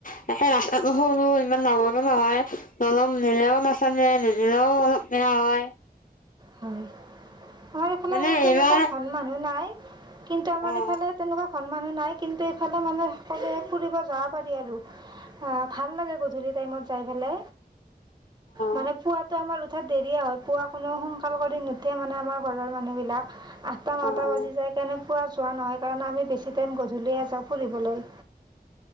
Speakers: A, on the left; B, on the right.
A: তাকে ৰাস্তাটো সৰু ইমান ডাঙৰো নহয় অলপ <unintelligible> বেয়া হয়।
B: হয়। আমাৰ এইফালে
A: মানে
B: তেনেকুৱা
A: এইবাৰ
B: ঘন মানুহ নাই। কিন্তু আমাৰ
A: অ
B: ইফালে তেনেকুৱা সন্মান হয় নাই। কিন্তু এইফালে মানে সকলোৱে ফুৰিব যাব পাৰি আৰু। অ' ভাল লাগে গধূলি টাইমত যাই ফেলে। মানে
A: অ
B: পুৱাটো আমাৰ উঠা দেৰিয়ে হয়। পুৱা কোনো সোন কাল কৰি নুঠে মানে আমাৰ ঘৰৰ মানুহ বিলাক আঠটা, নটা
A: অ অ
B: বাজি যায় কেনেকোৱা যোৱা নহয় কাৰণ আমি বেছি টাইম গধূলিয়ে যাওঁ ফুৰিবলৈ।